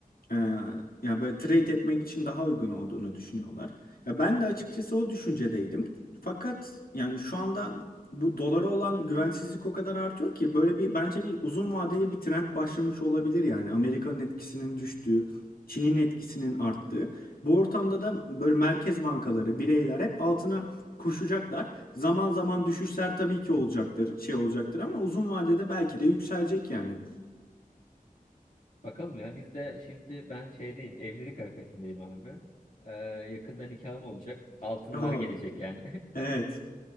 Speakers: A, on the left; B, on the left.
A: Ee, ya böyle trade etmek için daha uygun olduğunu düşünüyorlar. Ya ben de açıkçası
B: Hı.
A: o düşüncedeydim. Fakat yani şu anda bu dolara olan güvensizlik o kadar artıyor ki böyle bir bence bir uzun vadeli bir trend başlamış olabilir yani. Amerika'nın etkisinin düştüğü, Çin'in etkisinin arttığı. Bu ortamda da böyle merkez bankaları, bireyler hep altına koşacaklar. Zaman zaman düşüşler tabii ki olacaktır, şey olacaktır ama uzun vadede belki de yükselecek yani.
B: Bakalım ya biz de şimdi ben şeydeyim evlilik arifesindeyim abi. E, yakında nikahım olacak. Altınlar
A: Oo,
B: gelecek yani. <laughs>
A: evet.